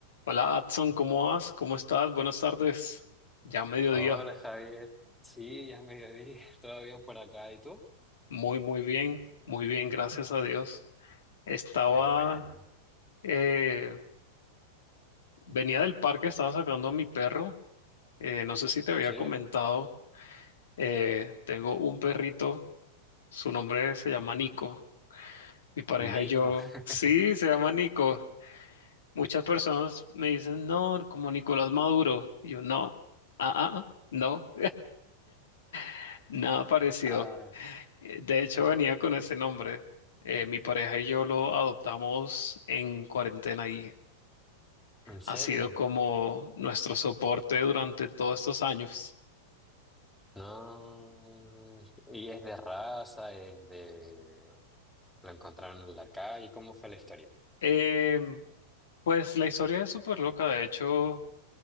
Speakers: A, on the left (about 75°); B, in the centre.
A: Hola, Adson, ¿cómo vas? ¿Cómo estás? Buenas tardes. Ya mediodía.
B: Hola Javier, sí, ya es mediodía, <laughs> todo bien por acá, ¿y tú?
A: Muy, muy bien. Muy bien, gracias a Dios. Estaba,
B: Qué bueno.
A: eh, venía del parque, estaba sacando a mi perro. Eh, no sé si te había
B: ¿Sí?
A: comentado, eh, tengo un perrito, su nombre se llama Nico. Mi pareja
B: Nico.
A: y yo,
B: <laughs>
A: sí, se llama Nico. Muchas personas me dicen, no, como Nicolás Maduro. Y yo, no, ah, ah, ah, no, <laughs> nada parecido.
B: Ah,
A: Eh, De hecho, venía con ese nombre. Eh, mi pareja y yo lo adoptamos en cuarentena y
B: ¿en serio?
A: ha sido como nuestro soporte durante todos estos años.
B: No. ¿Y es de raza? ¿Es de... lo encontraron en la calle? ¿Cómo fue la historia?
A: Eh, pues la historia es súper loca. De hecho,